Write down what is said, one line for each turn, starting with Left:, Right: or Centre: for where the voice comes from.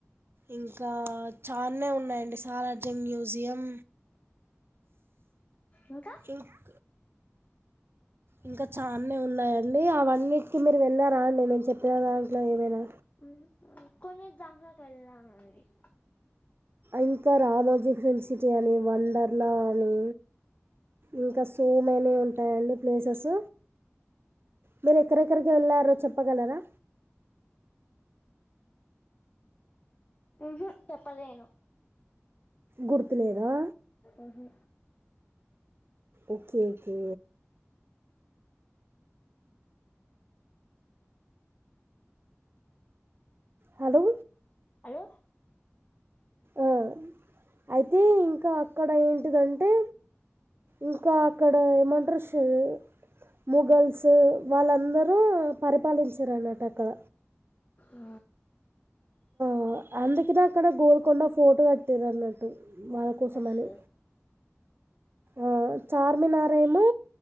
Right: ఇంకా చాలానే ఉన్నాయండి సాలార్జంగ్ మ్యూజియం
Left: ఇంకా
Right: ఇంక్ ఇంకా చాలానే ఉన్నాయండి అవన్నింటికి మీరు వెళ్ళారా అండి నేను చెప్పిన దాంట్లో ఏమైనా
Left: మ్మ్, కొన్ని <inaudible>
Right: ఇంకా రామోజీ ఫిలిం సిటీ అని వండర్లా అని ఇంకా సోమేని ఉంటాయండి ప్లేసెస్ మీరు ఎక్కడెక్కడికి వెళ్ళారో చెప్పగలరా
Left: మ్మ్హ్మ్, చెప్పలేను
Right: గుర్తులేదా
Left: ఉహు
Right: ఓకే ఓకే హలో
Left: అలో
Right: అ అయితే ఇంకా అక్కడ ఏంటిదంటే ఇంకా అక్కడ ఏమంటారు షో మోగల్స్ వాళ్ళందరూ పరిపాలించారు అన్నట్ అక్కడ
Left: ఉ
Right: అ అందుదాకా అక్కడ గోల్కొండ ఫోటో కట్టేరు అన్నట్టు మన కోసమని
Left: ఎస్ సార్.
Right: ఆ చార్మినార్ ఏమో